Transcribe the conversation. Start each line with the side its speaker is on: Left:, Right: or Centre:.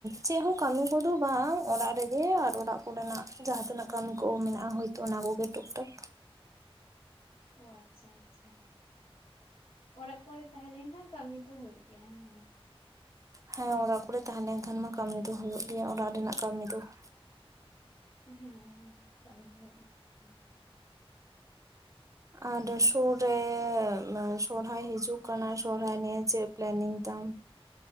Right: ᱪᱮᱜ ᱦᱚᱸ ᱠᱟᱹᱢᱤ ᱠᱚᱫᱚ ᱵᱟᱝ ᱚᱲᱟᱜ ᱨᱮᱜᱮ ᱟᱨ ᱚᱲᱟᱜ ᱚᱸᱰᱮᱱᱟᱜ ᱡᱟᱦᱟᱸ ᱛᱤᱱᱟᱹ ᱠᱟᱹᱢᱤ ᱠᱚ ᱢᱮᱱᱟᱜᱼᱟ ᱦᱳᱭᱛᱚ ᱚᱱᱟ ᱠᱚᱜᱮ ᱴᱩᱠ ᱴᱟᱠ
Left: ᱚ ᱟᱪᱪᱷᱟ ᱟᱪᱪᱷᱟ ᱚᱲᱟᱜ ᱠᱚᱨᱮ ᱛᱟᱦᱮᱸ ᱞᱮᱝᱠᱷᱟᱱ ᱠᱟᱹᱢᱤ ᱫᱚ ᱦᱳᱭᱳᱜ ᱜᱮᱭᱟ ᱦᱮᱸ ᱾
Right: ᱦᱮᱸ ᱚᱲᱟᱜ ᱠᱚᱨᱮ ᱛᱟᱦᱮᱸ ᱞᱮᱱᱠᱷᱟᱱ ᱢᱟ ᱠᱟᱹᱢᱤ ᱫᱚ ᱦᱳᱭᱳᱜ ᱜᱮᱭᱟ ᱚᱲᱟᱜ ᱨᱮᱱᱟᱜ ᱠᱟᱹᱢᱤ ᱫᱚ ᱾
Left: ᱦᱮᱸ ᱦᱮᱸ ᱠᱟᱹᱢᱤ ᱦᱳᱭᱳᱜ ᱜᱮᱭᱟ ᱦᱟᱱᱟ ᱠᱚᱫᱚ ᱾
Right: ᱟᱨ ᱥᱩᱨ ᱨᱮ ᱥᱚᱨᱦᱟᱭ ᱦᱤᱡᱩᱜ ᱠᱟᱱᱟ ᱥᱚᱨᱦᱟᱭ ᱱᱤᱭᱮ ᱪᱮᱜ ᱯᱞᱮᱱᱤᱝ ᱛᱟᱢ?